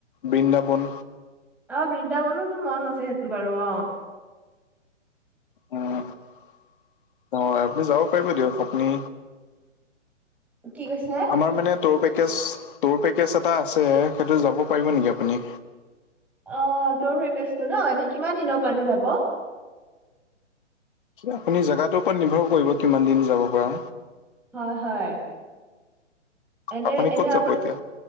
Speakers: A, on the left; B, in the centre.
A: বৃন্দাবন।
B: অ' বৃন্দাবনটো মন আছে, সেইটো বাৰু অ'।
A: উহ হয়। আপুনি যাব পাৰিব দিয়ক আপুনি
B: কি কৈছে।
A: আমাৰ মানে ত-পেকেজ, ত-পেকেজ এটা আছে, সেইটো যাব পাৰিব নেকি আপুনি।
B: অ' তৰ পেকেষ্টো ন এনেই কিমান দিনৰ কাৰণে যাব।
A: আপুনি জগটোৰ ওপৰত নিৰ্ভৰ কৰিব কিমান দিন যাব পৰা।
B: হয় হয় এনে
A: আপুনি
B: এনে
A: ক'ত
B: আপ।
A: যাব এতিয়া